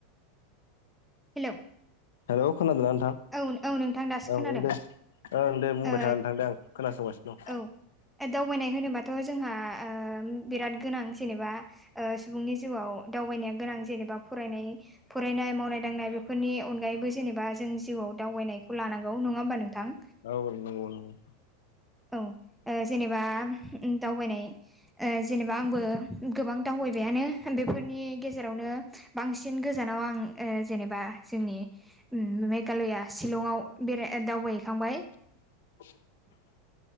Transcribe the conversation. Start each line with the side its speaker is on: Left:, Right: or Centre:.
Centre: हेल'
Left: हेल' खोनादोंना नोंथां?
Centre: औ औ नोंथां दासो
Left: औ
Centre: खोनादों।
Left: औ दे ओं दे बुंबाय
Centre: ओ
Left: थानानै थांदो आं खोनासंगासिनो दं।
Centre: औ दावबायनाय होनोबाथ' जोंहा बिराद गोनां जेनेबा सुबुंनि जिउआव दावबायनाया गोनां जेनेबा फरायनाय फरायनाय मावनाय दांनाय बेफोरनि अनगायैबो जेनेबा बा जों जिउआव दावबायनायखौ लानांगौ नङा होमबा नोंथां?
Left: औ नंगौ नोंथां
Centre: औ जेनेबा दावबायनाय ओ जेनेबा आंबो गोबां दावबायबायानो। बेफोरनि गेजेरावनो बांसिन गोजानाव आं ओ जेनेबा जोंनि मेघालया शिलंआव बेराय दावबायहैखांबाय।
Left: <inaudible>